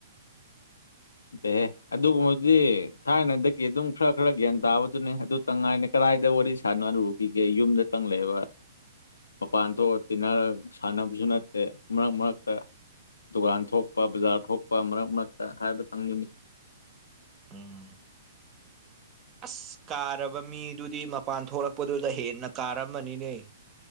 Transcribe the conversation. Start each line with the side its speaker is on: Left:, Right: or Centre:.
Left: <unintelligible> ꯑꯗꯨꯒꯨꯝꯕꯗꯤ ꯊꯥꯏꯅꯗꯒꯤ ꯑꯗꯨꯝ ꯈ꯭ꯔ ꯈ꯭ꯔ ꯒ꯭ꯌꯥꯟ ꯇꯥꯕꯗꯨꯅꯦ ꯑꯗꯨ ꯀꯪꯉꯥꯏꯅ ꯀꯔꯥꯏꯗ ꯋꯥꯔꯤ ꯁꯥꯥꯟꯅꯔꯨꯈꯤꯒꯦ ꯌꯨꯝꯗ ꯇꯪ ꯂꯩꯕ ꯃꯄꯥꯟ ꯊꯣꯛꯑ ꯇꯤꯟꯅꯔꯒ ꯁꯥꯟꯅꯕꯁꯨ ꯅꯠꯇꯦ ꯃꯔꯛ ꯃꯔꯛꯇ ꯗꯨꯀꯥꯟ ꯊꯣꯛꯄ ꯕꯖꯥꯔ ꯊꯣꯛꯄ ꯃꯔꯛ ꯃꯔꯛꯇ ꯍꯥꯏꯕꯇꯪꯗꯨꯅꯤ
Right: ꯎꯝ ꯑꯁ ꯀꯥꯔꯕ ꯃꯤꯗꯨꯗꯤ ꯃꯄꯥꯟ ꯊꯣꯛꯂꯛꯄꯗꯨꯗ ꯍꯦꯟꯅ ꯀꯥꯔꯝꯃꯅꯤꯅꯦ